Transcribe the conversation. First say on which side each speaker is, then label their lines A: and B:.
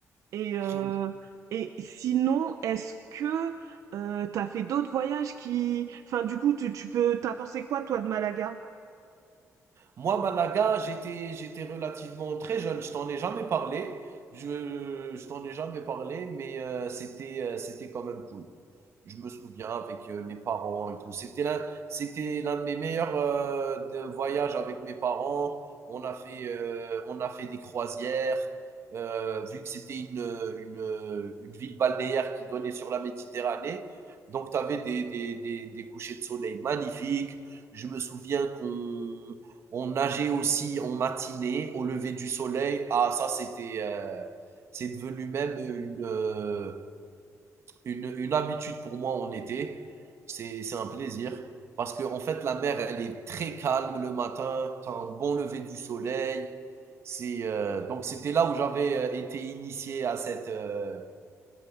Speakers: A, on the right; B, on the right.
A: Et euh,
B: euh, <laughs>
A: et sinon, est-ce que euh, t'as fait d'autres voyages qui, enfin, du coup, tu, tu peux, t'as pensé quoi toi de Malaga?
B: Moi, Malaga, j'étais, j'étais relativement très jeune. Je t'en ai jamais parlé. Je, je t'en ai jamais parlé, mais euh, c'était, euh, c'était quand même cool. Je me souviens avec euh, mes parents et tout. C'était l'un, c'était l'un de mes meilleurs euh, de voyages avec mes parents. On a fait, euh, on a fait des croisières. Euh, vu que c'était une, une, une ville balnéaire qui donnait sur la Méditerranée, donc tu avais des, des, des, des couchers de soleil magnifiques. Je me souviens qu'on on nageait aussi en matinée, au lever du soleil. Ah, ça, c'était, euh, c'est devenu même une, euh, une, une habitude pour moi en été. C'est, c'est un plaisir. Parce que, en fait, la mer, elle est très calme le matin. T'as un bon lever du soleil. C'est, euh, donc, c'était là où j'avais euh, été initié à cette, euh,